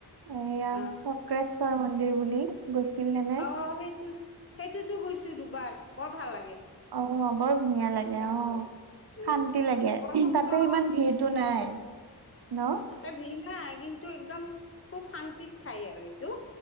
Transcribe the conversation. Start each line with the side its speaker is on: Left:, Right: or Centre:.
Right: এইয়া
Left: অ',
Right: চক্ৰেশ্বৰ মন্দিৰ বুলি গৈছিল নে
Left: অ সেইটো সেইটোতো গৈছো দুবাৰ বৰ ভাল লাগে।
Right: অ বৰ ধুনীয়া লাগে
Left: বৰ
Right: অ
Left: ভাল লাগে উম,
Right: শান্তি লাগে
Left: বৰ সুন্দৰ
Right: তাতে ইমান ভিৰটো নাই। ন
Left: তাতে ভিৰ নাই কিন্তু একদম খুব শান্তিত ঠাই আৰু এইটো